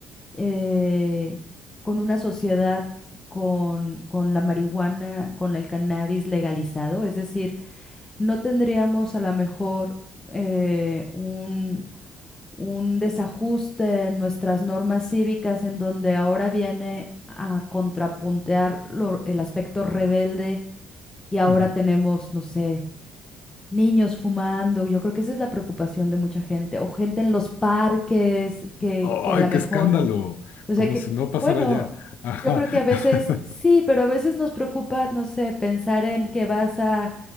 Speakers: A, on the left (about 20°); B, on the left (about 65°).
A: eh, con una sociedad con, con la marihuana, con el cannabis legalizado. Es decir, no tendríamos a lo mejor eh, un, un desajuste en nuestras normas cívicas en donde ahora viene a contrapuntear lo- el aspecto rebelde y ahora
B: Ujú.
A: tenemos, no sé. Niños fumando, yo creo que esa es la preocupación de mucha gente, o gente en los parques que,
B: ¡Ay,
A: que a lo mejor
B: qué escándalo!
A: o sea
B: Como
A: que,
B: si no pasara
A: bueno,
B: ya. Ajá.
A: yo creo que a veces
B: <laughs>
A: sí, pero a veces nos preocupa, no sé, pensar en que vas a,